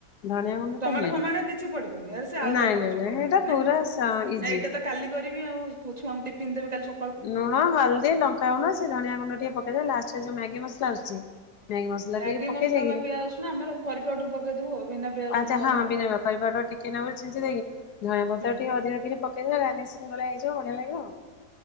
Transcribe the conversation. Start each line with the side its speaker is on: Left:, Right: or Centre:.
Left: ଧଣିଆ ଗୁଣ୍ଡ
Right: ଟମାଟ
Left: ଟା ମେନ୍
Right: ଫମାଟ କିଛି ପଡିବନି ଏ ସେ ଆଳୁ
Left: ନାଇଁ
Right: ଦମ
Left: ନାଇଁ
Right: ହେଇଯିବ
Left: ନାଇଁ
Right: ପୁଣି
Left: ସେଇଟା ପୁରା
Right: ନା କି
Left: ସା ଇଜି।
Right: ନାଇଁ ଏଇଟା ତ କାଲି କରିବି ଆଉ ଛଆଙ୍କୁ ଟିଫନ୍ ଦେବି କାଲି ସ
Left: ଲୁଣ ହଲଦୀ ଲଙ୍କାଗୁଣ୍ଡ ସେ ଧଣିଆ ଗୁଣ୍ଡ ଟିକେ ପକେଇଦେବେ ଲାଷ୍ଟରେ ଯୋଉ ମ୍ୟାଗି ମସଲା ଆସୁଚି ମ୍ୟାଗି ମସଲା
Right: ମ୍ୟାଗି
Left: ଟିକେ ପକେଇଦେଇକିରି
Right: ମସଲା ବା ପିଆଜ ରସୁଣ ଆମର କରି ପାଉଡର ପକେଇଦବୁ ଆଉ ବିନା ପିଆଜ ରସୁଣ
Left: ଆଚ୍ଛା
Right: ବାଲା
Left: ହଁ
Right: ଆଉ
Left: ବିନାମ କରି ପାଉଡର୍ ଟି ଟିକେ ନାଗୁରୁ ଛିଞ୍ଚି ଦେଇକି ଧଣିଆ ପତ୍ର
Right: ହୁଁ।
Left: ଟିକେ ଅଧିଆକିରି ପକେଇଦେବେ ଗାନିସିଙ୍ଗ ଭଳିଆ ହେଇଯି ବଢିଆ ଲାଗିବ ଆଉ।